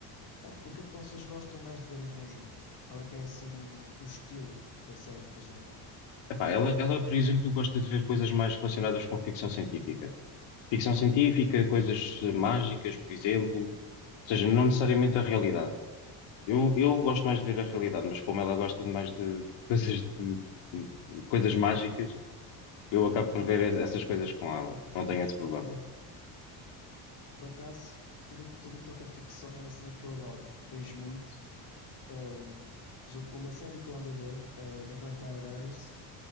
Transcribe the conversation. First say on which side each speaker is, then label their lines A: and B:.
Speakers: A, on the left (about 55°); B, on the left (about 70°).
A: Pá, O que é que vocês gostam mais de ver em conjunto? Qual é que é assim o estilo da série, por exemplo?
B: Epá, ela, ela, por exemplo, gosta de ver coisas mais relacionadas com ficção científica. ficção científica, coisas eh, mágicas, por exemplo, ou seja, não necessariamente a realidade. Eu, eu gosto mais de ver a realidade, mas como ela gosta de mais de <laughs> coisas, de coisas mágicas, eu acabo por ver es- essas coisas com ela. Não tenho esse problema.
A: Por acaso, tudo tudo o que toca a ficção é uma cena que eu adoro. Beijo muito. Ahm, por exemplo, uma série que eu ando a ver é The Vampire Diaries.